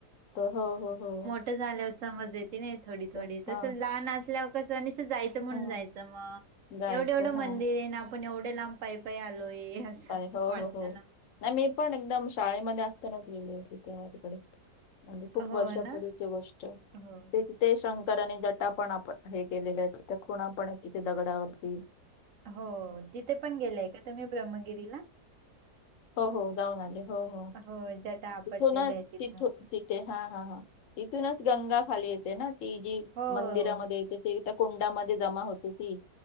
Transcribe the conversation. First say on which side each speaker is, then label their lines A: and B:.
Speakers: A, on the left; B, on the right.
A: हो हो हो हो
B: मोठ झाल्यावर समज येते नाही थोडी थोडी,
A: तर,
B: तसं
A: हा
B: लहान असल्यावर कस जायच म्हणून
A: हम्म
B: जायचं मग
A: जायचं
B: एवढं एवढं मंदिर
A: हा
B: आहे ना आपण एवढं लांब पाई पाई आलोय. असं
A: काय हो
B: वाटतं
A: हो हो
B: ना
A: नाही मी पण एकदम शाळेमध्ये असतानाच गेले होते तेव्हा तिकडे. म्हणजे खूप
B: हो
A: वर्षापूर्वीची
B: ना
A: गोष्ट.
B: हो
A: ते शंकरानी जटा पण आप हे केलेले आहेत तिथ खुणा पण आहे तिथे दगडावरती.
B: हो तिथे पण गेलाय का तुम्ही ब्रह्मगिरीला?
A: हो हो जाऊन आले, हो हो
B: हो <inaudible>
A: पुन्हा
B: आहे तिथं
A: ती ना <unintelligible> हा हा हा तिथूनच गंगा खाली येते ना ती जी
B: हो
A: मंदिरामध्ये येते. ते कुंडामध्ये जमा होते ती,